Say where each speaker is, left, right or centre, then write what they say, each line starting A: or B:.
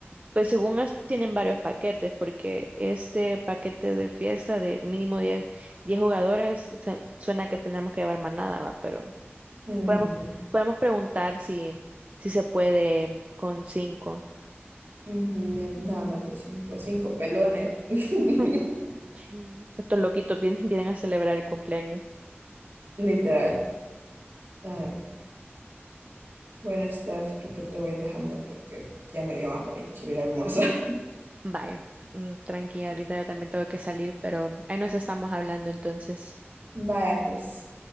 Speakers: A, on the right; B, on the right.
A: Pues según esto tienen varios paquetes, porque este paquete de fiesta de mínimo diez 10 jugadores se- suena que tendremos que llevar manada, va, pero
B: Ujú,
A: podemos, podemos preguntar si, si se puede con cinco
B: ujú, de- nada más de cinco, cinco pelones. <laughs>
A: <laughs> Estos loquitos vien- vienen a celebrar el cumpleaños.
B: Literal. Ay. Bueno, Steph, creo que te voy dejando porque ya me dio hambre y quiero ir a almorzar. <laughs>
A: Vaya, mm, tranqui, ahorita yo también tengo que salir, pero ahí nos estamos hablando entonces.
B: Vaya, pues,